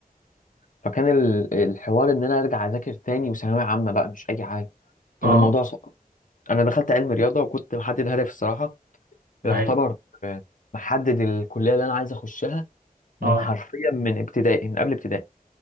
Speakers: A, on the left (about 60°); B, on the right (about 75°).
A: فكان ال- الحوار ان انا ارجع اذاكر تاني وثانوية عامة بقى مش اي حاجة كان
B: اه
A: الموضوع صعب انا دخلت علم رياضة وكنت محدد هدف الصراحة يعتبر
B: اي
A: آه، محدد الكلية اللي انا عايز اخشها من
B: اه
A: حرفيا من ابتدائي من قبل ابتدائي